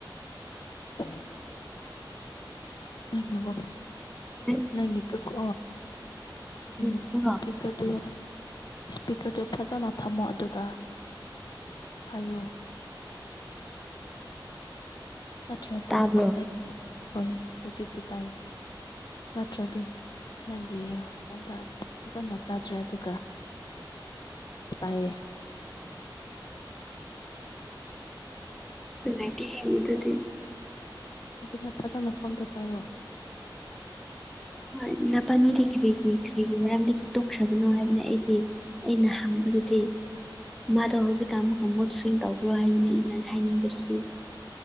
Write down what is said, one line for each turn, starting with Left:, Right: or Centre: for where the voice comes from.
Left: <unintelligible>
Centre: ꯅꯪꯅ
Left: ꯅꯪꯒꯤꯇ ꯀꯣ
Centre: ꯅꯪꯅꯀꯣ
Left: ꯎꯝ ꯏꯁꯄꯤꯀꯔ ꯇ ꯏꯁꯄꯤꯀꯔ ꯇ ꯐꯖꯅ ꯊꯝꯃꯣ ꯑꯗꯨꯒ ꯍꯥꯏꯌꯨ ꯅꯠꯇ꯭ꯔꯗꯤꯗꯨꯀꯣ
Centre: ꯇꯥꯕ꯭ꯔꯣ
Left: ꯑꯩ ꯍꯣꯏ ꯍꯧꯖꯤꯛꯇꯛꯇꯨ ꯇꯥꯏ ꯅꯠꯇ꯭ꯔꯗꯤ ꯅꯪꯒꯤ ꯐꯣꯟꯗ ꯐꯖꯅ ꯇꯥꯗ꯭ꯔꯦ ꯑꯗꯨꯒ ꯇꯥꯏꯌꯦ
Centre: ꯅꯨꯡꯉꯥꯏꯇꯦꯍꯦ ꯑꯗꯨꯗꯤ
Left: ꯑꯗꯨꯅ ꯐꯖꯅ ꯐꯣꯟꯗꯣ ꯄꯥꯏꯔꯣ
Centre: ꯍꯣꯏ ꯅꯄꯥꯅꯤꯗꯤ ꯀꯔꯤꯒꯤ ꯀꯔꯤꯒꯤ ꯃꯔꯝꯗꯒꯤ ꯇꯣꯛꯈ꯭ꯔꯕꯅꯣ ꯍꯥꯏꯕꯅ ꯑꯩꯗꯤ ꯑꯩꯅ ꯍꯪ ꯑꯗꯨꯗꯤ ꯃꯥꯗꯣ ꯍꯧꯖꯤꯛꯀꯥꯟ ꯑꯃꯨꯛ ꯃꯨꯠꯁ꯭ꯋꯤꯡ ꯇꯧꯕ꯭ꯔꯣ ꯍꯥꯏꯕꯅꯤ ꯑꯩꯅ ꯍꯥꯏꯅꯤꯡꯕꯗꯨꯗꯤ